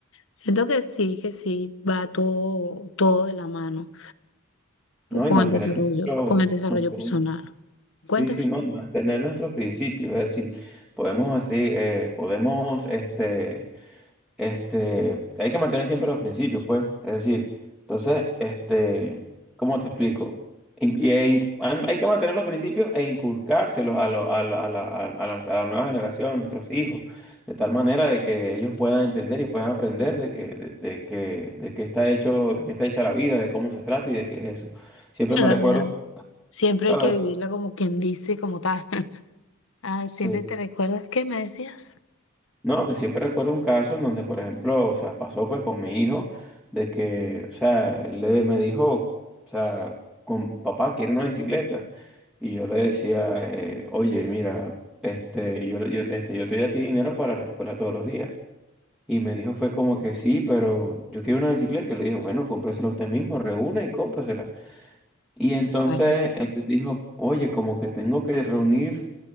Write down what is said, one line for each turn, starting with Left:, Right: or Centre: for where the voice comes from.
Left: siento que sí, que sí, va todo, todo de la mano
Centre: ¿no?
Left: con
Centre: Y mantener
Left: el desarrollo,
Centre: nuestro,
Left: con el desarrollo
Centre: mantener-
Left: personal.
Centre: sí,
Left: Cuéntame
Centre: sí, ¿no? Y mantener nuestros principios. Es decir, podemos, así, eh, podemos, este Este, hay que mantener siempre los principios, pues. Es decir, entonces, este, ¿cómo te explico? In- y- e in- han- hay que mantener los principios e inculcárselos a, lo- a, la, a, la, a- a la- a la nueva generación, nuestros hijos, de tal manera de que ellos puedan entender y puedan aprender de que, de, de que, de qué está hecho, de qué está hecha la vida, de cómo se trata y de qué es eso. Siempre
Left: la
Centre: me recuerdo,
Left: verdad. Siempre
Centre: claro,
Left: hay que vivirla como quien dice, como tal. <laughs> Ah,
Centre: sí.
Left: siempre te recuerdas que me decías.
Centre: No, que siempre recuerdo un caso en donde, por ejemplo, o sea, pasó pues con mi hijo, de que, o sea, él le, me dijo, o sea, con papá, quiero una bicicleta. Y yo le decía, eh, oye, mira, este, yo, yo- este, yo te doy a ti dinero para la escuela todos los días. Y me dijo, fue como que sí, pero yo quiero una bicicleta. Y le dije, bueno, cómpresela usted mismo, reúne y cómprasela. Y entonces
Left: Vale.
Centre: él dijo, oye, como que tengo que reunir